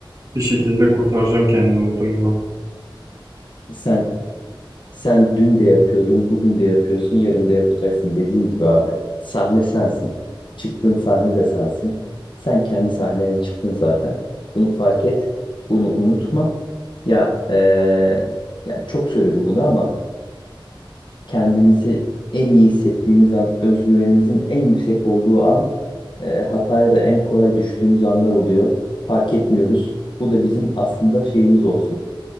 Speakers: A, on the right; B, on the left.
A: bir şekilde kurtaracağım kendimi bu durumdan.
B: Sen Sen dün de yapıyordun, bugün de yapıyorsun, yarın da yapacaksın dediğim gibi abi. Sahne sensin. Çıktığın sahne de sensin. Sen kendi sahnene çıktın zaten. Bunu fark et. Bunu unutma. Ya eee, yani çok söyledim bunu ama kendimizi en iyi hissettiğimiz an, özgüvenimizin en yüksek olduğu an, eee, hataya da en kolay düştüğümüz anlar oluyor. Fark etmiyoruz. Bu da bizim aslında şeyimiz olsun.